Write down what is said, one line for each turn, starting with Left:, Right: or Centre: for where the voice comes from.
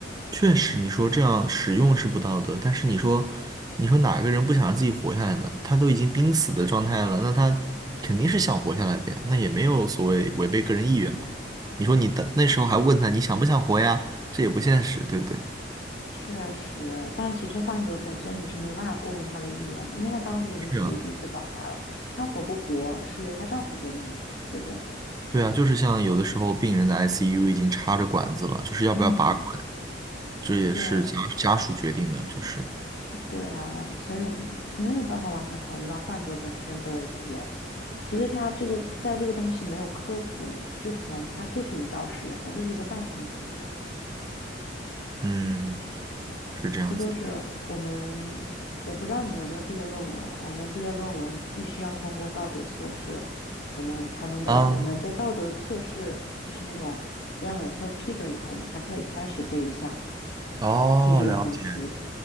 Right: 确实，你说这样使用是不道德，但是你说，你说哪个人不想让自己活下来呢？他都已经濒死的状态了，那他肯定是想活下来的呀，那也没有所谓违背个人意愿吧？你说你的那时候还问他你想不想活呀？这也不现实，对不对？
Left: 确实，但其实患者本身你是没有办法过问他的意愿的，因为他当时已经处于濒死状态了，
Right: 是啊，
Left: 他活不活是由她丈夫决定的，对不对？
Right: 对啊，就是像有的时候病人的 ICU 已经插着管子了，就是要不要拔管，
Left: 嗯，
Right: 这也是家家属决定的，
Left: 对。
Right: 就是
Left: 对啊，所以我没有办法完全考虑到患者本身的意愿。其实它这个在这个东西没有科普之前，它就是一道实验，它就是一个半成品。
Right: 嗯。是这样子的。
Left: 这就是我们，我不知道你们有没有毕业论文啊？我们毕业论文必须要通过道德测试，我们才能被我们被道德测试，
Right: 啊，
Left: 就是那种监委会批准以后，我们才可以开始这一项
Right: 哦，
Left: 数据的分析。
Right: 了解。